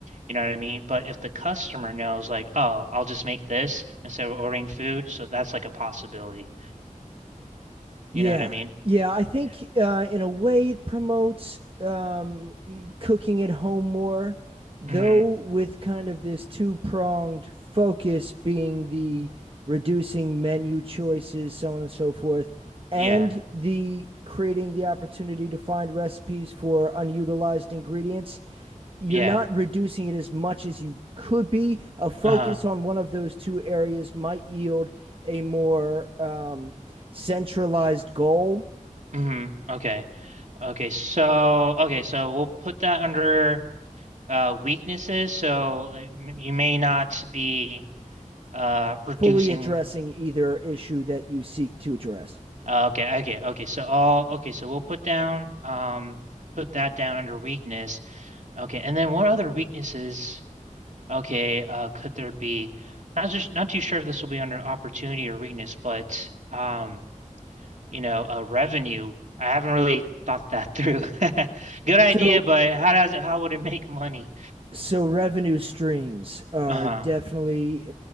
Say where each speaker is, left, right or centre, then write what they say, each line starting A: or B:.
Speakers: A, on the right; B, on the right.
A: You know what I mean? But if the customer knows like, oh, I'll just make this instead of ordering food, so that's like a possibility.
B: Yeah.
A: You know what I mean?
B: Yeah, I think
A: Yeah.
B: uh, in a way it promotes um, e- cooking at home more, though
A: hmm
B: with kind of this two-pronged focus being the reducing menu choices, so on and so forth, and
A: Yeah.
B: the creating the opportunity to find recipes for unutilized ingredients you're
A: Yeah.
B: not reducing it as much as you could be. A focus
A: Uh-huh.
B: on one of those two areas might yield a more um, centralized goal,
A: hmm Okay. Okay, so okay, so we'll put that under uh weaknesses. So uh, m- you may not be uh reducing
B: fully addressing either issue that you seek to address.
A: uh, okay, okay, okay. So all okay, so we'll put down um put that down under weakness. Okay, and then what other weaknesses okay uh could there be? Not just not too sure if this will be under opportunity or weakness, but um you know, uh revenue. I haven't really thought that through. <laughs> Good idea,
B: So
A: but how does it how would it make money?
B: So revenue streams are
A: Uh-huh.
B: definitely